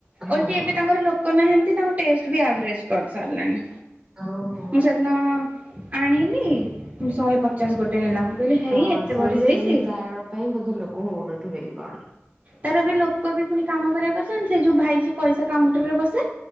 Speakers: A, on the right (about 15°); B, on the right (about 35°).
A: ହଁ
B: ଓଲଟି
A: ହଁ
B: ଏବେ ତାଙ୍କର ଲୋକ ନାହାନ୍ତି ତାଙ୍କ ଟେଷ୍ଟ ବି ଆଭରେଜ କରିସାରିଲାଣି।
A: ହଉ।
B: ମୁଁ ସେଦିନ ଆଣିଲି। ଶହେ ପଚାଶ ଗୋଟେ ନେଲା ମୁଁ କହିଲି ହେଇ
A: ହଁ
B: ଏତେ
A: ସେଇ
B: ବଢି ଯାଇଛି।
A: ସେଇ କାରଣ ପାଇଁ ବୋଧେ ଲୋକ ହଉନଥିବେ କି କଣ?
B: ତାର ବି ଲୋକ ବି ପୁଣି କାମ କରିବାକୁ ଆସନ୍ତି ସେ ଯୋଉ ଭାଇ ପଇସା କାଉଣ୍ଟର ରେ ବସେ।